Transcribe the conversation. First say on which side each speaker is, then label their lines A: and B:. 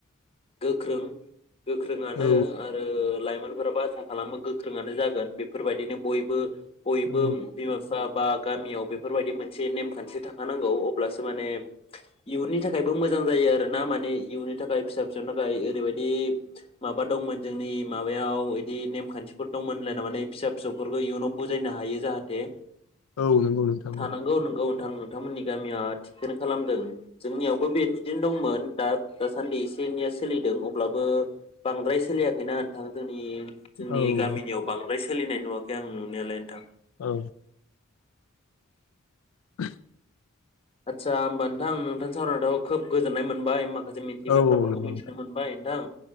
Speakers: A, on the left; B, on the left.
A: गोख्रों गोख्रोङनो
B: औ
A: आरो लाइ मोनफोराबो आसा खालामो गोख्रोङानो जागोन बेफोरबायदिनो बयबो बयबो
B: औ
A: बिमा बिफा बा गामियाव बेफोरबायदि मोनसे नेम खान्थि थाखानांगौ अब्लासो माने इयुननि थाखायबो मोजां जायो आरोना माने इयुननि थाखाय फिसा फिसौनि थाखाय ओरैबायदि माबा दंमोन जोंनि माबायाव बिदि नेमखान्थिफोर दंमोनलाय नना माने फिसा फिसौफोरखौ इयुनाव बुजायनो हायो जाहाथे
B: औ नंगौ नोंथां
A: थानांगौ
B: औ
A: नंगौ नोथां नोंथांमोननि गामिया थिखनो खालामदों जोंनियावबो बिदिदिन दंमोन दा दासान्दि एसे एनैया सोलिदों अब्लाबो बांद्राय सोलियाखैना होनथांदों नि जोंनि
B: औ
A: गामिनियाव बांद्राय सोलिनाय नुवाखै आं नुनायालाय नोंथां
B: औ <inaudible>
A: आच्छा ओमबा नोंथांं नोंथां सावरायनाथ खोब गोजोननाय मोनबाय मबा जों मिथियै
B: औ
A: बाथ्राफोरखौ
B: औ नंगौ
A: मिथिनो
B: नोंथां
A: मोनबाय नोंथां